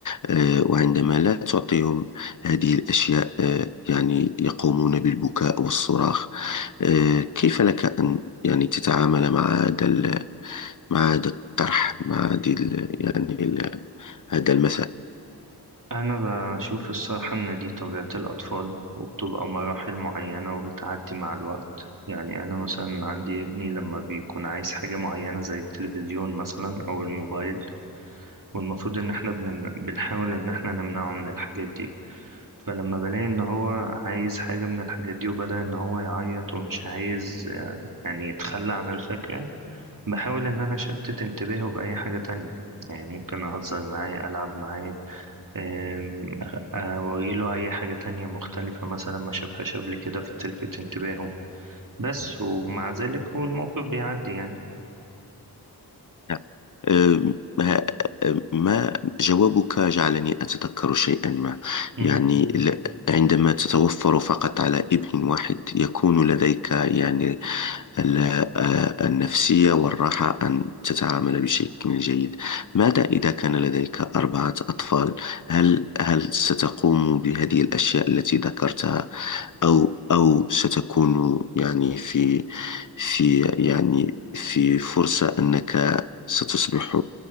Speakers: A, on the left; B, on the right.
A: آه، وعندما لا تعطيهم هذه الأشياء آه، يعني يقومون بالبكاء والصراخ آه، كيف لك أن يعني تتعامل مع هذا ال- مع هذا الطرح مع هذه ال- يعني ال- هذا المثل
B: أنا بشوف الصراحة إن دي طبيعة الأطفال وبتبقى مراحل معينة وبتعدي مع الوقت يعني أنا مثلا عندي ابني لما بيكون عايز حاجة معينة زي التلفزيون مثلا أو الموبايل والمفروض إن إحنا بنم... بنحاول إن إحنا نمنعه من الحاجات دي فلما بلاقي إن هو عايز حاجة من الحاجات دي وبدأ إن هو يعيط ومش عايز آه، يعني يتخلى عن الفكرة بحاول إن أنا أشتت انتباهه بأي حاجة تانية يعني ممكن أهزر معاه ألعب معاه أم، أ- أوريله أي حاجة تانية مختلفة مثلا ما شافهاش قبل كده فتلفت انتباهه بس ومع ذلك هو الموقف بيعدي يعني
A: نعم. آه، ما ما جوابك جعلني أتذكر شيئا ما
B: مهم.
A: يعني ل- عندما تتوفر فقط على ابن واحد يكون لديك يعني ال- آه، النفسية والراحة أن تتعامل بشكل جيد ماذا إذا كان لديك أربعة أطفال هل هل ستقوم بهذه الأشياء التي ذكرتها أو أو ستكون يعني في في يعني في فرصة أنك ستصبح